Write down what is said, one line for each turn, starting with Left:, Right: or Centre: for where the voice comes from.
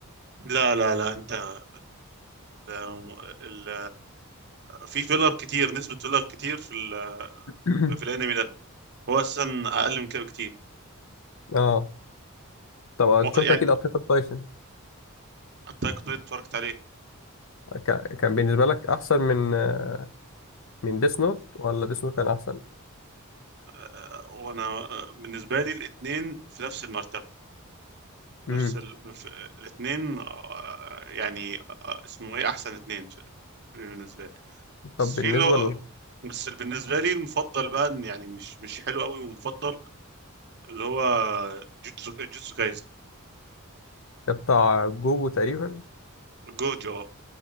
Right: لا لا لا انت ال... ال... في فيلر كتير نسبة فيلر كتير في ال...
Left: <coughs>
Right: في الانمي
Left: <clears throat>
Right: ده هو اساسا اقل من كده بكتير
Left: اه طبعا
Right: و-
Left: شفت
Right: يعني
Left: اكيد اتاك اون تايتن
Right: حتى كنت اتفرجت عليه
Left: كا- كان بالنسبه لك احسن من آه، من ديس نوت ولا ديس نوت كان احسن
Right: آه، وانا آه، بالنسبة لي الاتنين في نفس المرتبة
Left: امم
Right: نفس ال... في... الاتنين آه، يعني آه، اسمه ايه احسن اتنين في- بالنسبة لي بس
Left: طب بالنسبه
Right: في اللي هو
Left: لل
Right: بس اللي بالنسبة لي المفضل بقى إن يعني مش مش حلو قوي ومفضل اللي هو جوتسو جوتسو كايز
Left: ده بتاع جوجو تقريبا
Right: جوجو اه